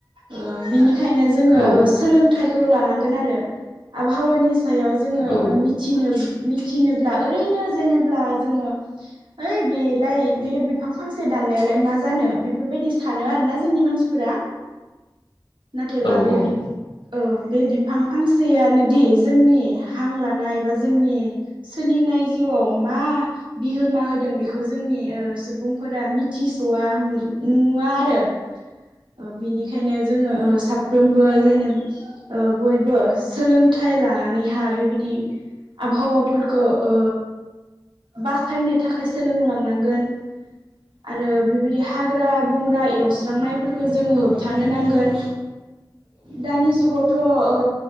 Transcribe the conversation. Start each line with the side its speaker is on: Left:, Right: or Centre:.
Right: ओ बिनि खायनो ओ जों
Left: औ
Right: सोलोंथाइखौ लानांगौ। आरो आबहावानि सायाव जोङो
Left: औ
Right: मिथिनो मिथिनोब्ला ओरैनो जेनोब्ला जों होइ बेलाय बे बिफां फांसे दाननायालाय मा जानो बेफोरबायदि सानो आरोना जोंनि मानसिफोरा नाथायबा
Left: औ
Right: बे
Left: औ
Right: बि औ बे बिफां फांसेयानो दि जोंनि हा हां लानाय बा जोंनि सोलिनाय जिउआव मा बिहोमा होदों बेखौ जोंनि ओ सुबुंफोरा मिथिसवा नु-नुवा आरो। ओ बिनिखायनो जों ओ साफ साफ्रोमबो जेने बयबो सोलोंथाइ लानानैहा बे बिदि आबहावाफोरखौ ओ बासायनो थाखाय सोलोंलांनांगोन। आरो बेबायदि हा हाग्रा बंग्रा एवस्रांनायफोरखौ जोङो होबथानो नांगोन दानि जुगाव थ ओ